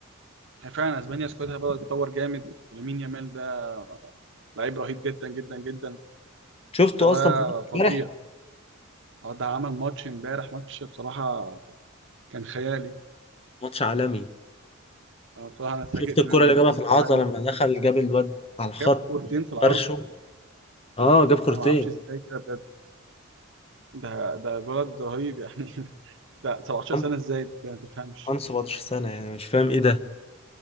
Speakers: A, on the right; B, on the left.
A: هي فعلا اسبانيا سكوادها بدأت تتطور جامد ولامين يامال ده لعيب رهيب جدا جدا جدا
B: شفته
A: مستواه
B: أصلا في
A: فظيع
B: امبارح
A: اه ده عمل ماتش امبارح ماتش بصراحة كان خيالي
B: ماتش عالمي
A: اه بصراحة أنا اتفاجئت
B: شفت الكرة
A: منه
B: اللي جابها
A: من
B: في
A: مستواه
B: العارضة
A: إنه
B: لما دخل جاب الواد على الخط
A: جاب كورتين في العارضة
B: فرشه اه جاب كورتين
A: أنا ما أعرفش إزاي كده بجد ده ده الولد رهيب يعني <laughs> ده 17
B: عنده
A: سنة إزاي ده ما تفهمش
B: عنده 17 سنة يعني مش فاهم ايه ده